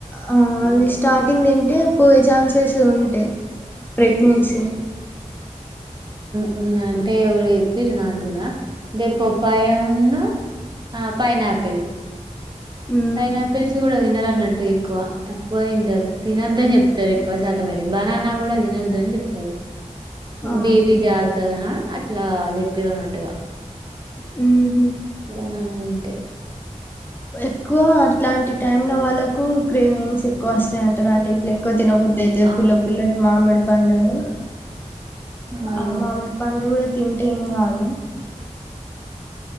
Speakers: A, on the left (about 15°); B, on the right (about 35°).
A: ఆ అవి స్టార్టింగ్ తింటే పోయే చాన్స్ ఉంటాయ్ ప్రెగ్నెన్సీ
B: హ్మ్ అంటే ఎవరో చెప్పిర్రు నాకు కూడా దే పొప్పాయా ఉన్నా ఆ పైనా ఆపిల్
A: ఉమ్
B: పైనాపిల్స్ కూడా తినరు అన్నట్టు ఎక్కువ తక్కువ తింటారు తినద్దని చెప్తారు ఎక్కువ శాతం అయితే బనానా కూడా తినొద్ద అని చెప్తారు
A: ఆ
B: బేబీ జారుతదనా ఇలా చెప్పిరు అన్నట్టుగా
A: హ్మ్
B: బననా ంటే
A: ఎక్కువ అట్లాంటి టైమ్ లో వాళ్ళ ఎక్కూ క్రీమింగ్స్ ఎక్కువ వస్త టే అంటారు అంటే ఇట్ల ఎక్కోద్ తినబుద్ధయితే
B: ఆ
A: పుల్ల పుల్లటి మామిడి పండుని
B: అవును
A: ఆ మామిడి పండ్లుగూడ తింటే ఏం కాదు